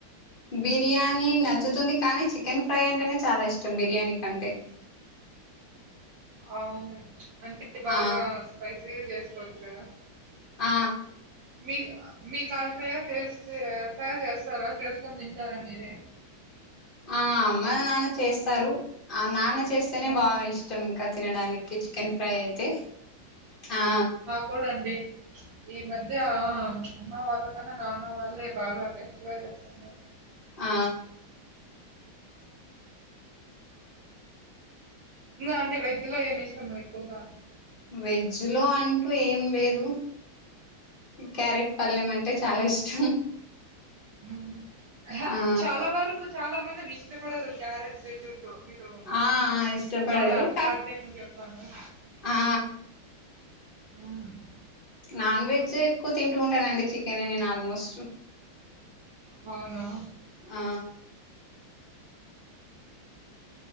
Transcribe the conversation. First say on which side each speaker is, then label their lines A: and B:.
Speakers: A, on the left; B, on the right.
A: బిర్యానీ నచ్చుతుంది కానీ చికెన్ ఫ్రై అంటేనే చాలా ఇష్టం బిర్యానీ కంటే
B: అవును అంటే బాగా
A: ఆ
B: స్పైసీగా చేసుకోవచ్చు కదా
A: ఆ
B: మీ మీ కల్తయా చేస్తే తయారు చేస్తారా చేసుకొని తింటారా మీరే
A: ఆ మా నాన్న చేస్తారు ఆ నాన్న చేస్తేనే
B: హ్మ్.
A: బాగా ఇష్టం ఇంకా తినడానికి చికెన్ ఫ్రై అయితే ఆ
B: చూడండి ఈ మధ్య అమ్మ వాళ్ళకన్నా నాన్న వాళ్ళే బాగా డిస్ట్రాయ్ చేస్తున్నారు
A: ఆ
B: ఇంగ అండి వేజ్ లో ఏమి ఇష్టము ఎక్కువగా
A: వెజ్ లో అంటూ ఏం లేదు క్యారెట్ పళ్ళెం అంటే చాలా ఇష్టం
B: ఉ హ
A: ఆ
B: చాలా వరకు చాలా మంది ఇష్టపడరు క్యారేట్ బీట్ రూట్ మీరు
A: ఆ ఇష్టపడరు
B: చాలా
A: కా
B: ప్రత్యేకంగా చెప్తున్నారు
A: ఆ
B: హ్మ్.
A: నాన్ వెజ్ ఎక్కువ తింటూ ఉంటానండి చికెనే నేను ఆల్మోస్ట్
B: అవునా
A: ఆ